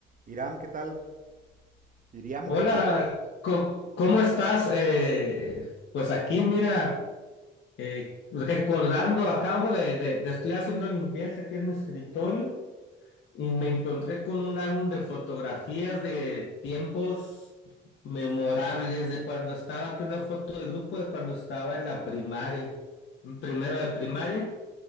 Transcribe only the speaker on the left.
Hola,
co- ¿cómo estás? Eh, pues aquí, mira, eh, recordando, acabo de, de, de estoy haciendo limpieza aquí en mi escritorio y me encontré con un álbum de fotografías de tiempos memorables de cuando estaba aquí, una foto de grupo de cuando estaba en la primaria, en primero de primaria,